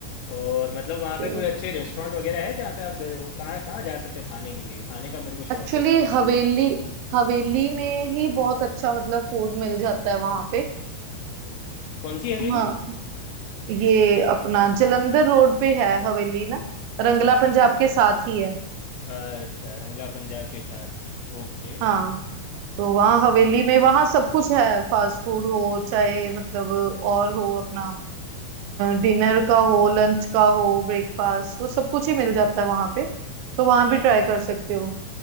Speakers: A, on the left; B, on the right.
A: और मतलब वहाँ
B: तो
A: पे कोई अच्छे रेस्टोरेंट वगैरह है जहाँ पे आप गए हो कहाँ कहाँ जा सकते हैं खाने के लिए खाने का मेरे को
B: एक्चुअली
A: शौक है इसलिए
B: हवेली हवेली में ही बहुत अच्छा मतलब फूड मिल जाता है वहां पे
A: हम्म, कौन सी हवेली
B: हाँ ये अपना जलंधर रोड पे है हवेली ना रंगला पंजाब के साथ ही है
A: अच्छा रंगला पंजाब के साथ ओके
B: हाँ तो वहाँ हवेली में वहाँ सब कुछ है फास्ट फूड हो चाहे मतलब और हो अपना डिनर का हो लंच का हो ब्रेकफास्ट वो सब कुछ ही मिल जाता है वहाँ पे तो वहाँ भी
A: अच्छा
B: ट्राई कर सकते हो